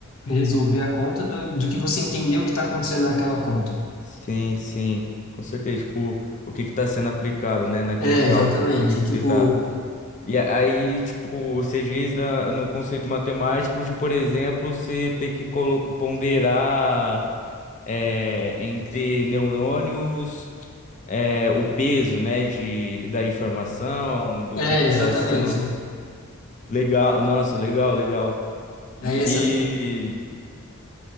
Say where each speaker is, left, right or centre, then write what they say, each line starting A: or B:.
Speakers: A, on the left; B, on the left.
A: resolver a conta, do, do que você entender o que está acontecendo naquela conta.
B: Sim, sim. Com certeza, tipo, o que que tá sendo aplicado, né, naquele
A: É,
B: cálculo.
A: exatamente.
B: Por que que
A: Tipo,
B: você tá... E a- aí, tipo, você diz na- no conceito matemático de, por exemplo, você ter que colo- ponderar é, entre neurônios, é, o peso, né, de, da informação, do
A: é,
B: que que
A: exatamente.
B: está sendo legal. Nossa, legal, legal.
A: Aí
B: E,
A: essa,
B: e,